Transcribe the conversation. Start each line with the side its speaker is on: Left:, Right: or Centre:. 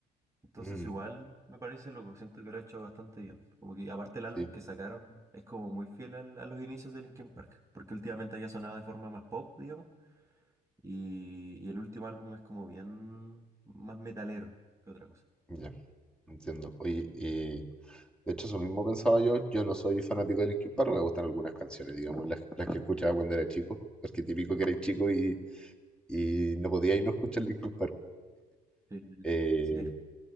Right: Entonces
Centre: Mm,
Right: igual me parece loco, siento que lo ha hecho bastante bien. Como que aparte el álbum
Centre: sí,
Right: que sacaron es como muy fiel al- a los inicios de Linkin Park, porque últimamente había sonado de forma más pop, digamos, y, y el último álbum es como bien más metalero que otra cosa.
Centre: ya, entiendo. Oye, eh, de hecho eso mismo pensaba yo. Yo no soy fanático de Linkin Park, me gustan algunas canciones, digamos, las, las que escuchaba cuando era chico, porque típico que eres chico y, y no podía ir no escuchar Linkin Park.
Right: Sí,
Centre: Eh,
Right: sí,